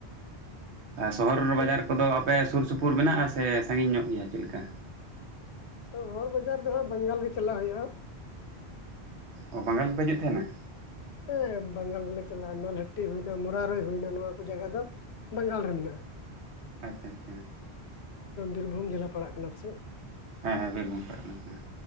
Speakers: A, on the right; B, on the left.
A: ᱟᱨ ᱥᱚᱦᱚᱨ
B: ᱩᱱᱠᱩ
A: ᱵᱟᱡᱟᱨᱼᱼ ᱠᱚᱫᱚ ᱟᱯᱮ ᱥᱩᱨ ᱥᱩᱯᱩᱨ ᱢᱮᱱᱟᱜᱼᱟ, ᱥᱮ ᱥᱟᱺᱜᱤᱧ ᱧᱚᱜ ᱜᱤᱭᱟ ᱪᱮᱫ ᱞᱤᱠᱟ?
B: ᱥᱚᱦᱚᱨ ᱵᱟᱡᱟᱨ ᱫᱚ ᱦᱟᱸᱜ ᱵᱟᱝᱜᱟᱞ ᱜᱮ ᱪᱟᱞᱟᱜ ᱦᱳᱭᱳᱜᱼᱟ᱾
A: ᱚ ᱵᱟᱝᱜᱟᱞ ᱜᱮ ᱯᱮ ᱦᱤᱡᱩᱜ ᱛᱮᱦᱮᱱᱟ?
B: ᱦᱮᱸ ᱵᱟᱝᱜᱟᱞ ᱜᱮᱞᱮ ᱪᱟᱞᱟᱜᱼᱟ, ᱱᱚᱞᱦᱟᱹᱴᱤ ᱦᱩᱭᱱᱟ ᱢᱚᱨᱟᱨᱚᱭ ᱦᱩᱭᱱᱟ ᱱᱚᱣᱟ ᱠᱚ ᱡᱟᱭᱜᱟ ᱫᱚᱼᱼ ᱵᱟᱝᱜᱟᱞ ᱨᱮ ᱢᱮᱱᱟᱜᱼᱟ᱾
A: ᱟᱪᱪᱷᱟ ᱟᱪᱪᱷᱟ᱾
B: ᱵᱤᱨᱵᱷᱩᱢ ᱡᱮᱞᱟ ᱯᱟᱲᱟᱜ ᱠᱟᱱᱟ ᱯᱟᱥᱮᱡ᱾
A: ᱦᱮᱸ ᱦᱮᱸ ᱵᱤᱨᱵᱷᱩᱢ ᱯᱟᱲᱦᱟᱜ ᱠᱟᱱᱟ᱾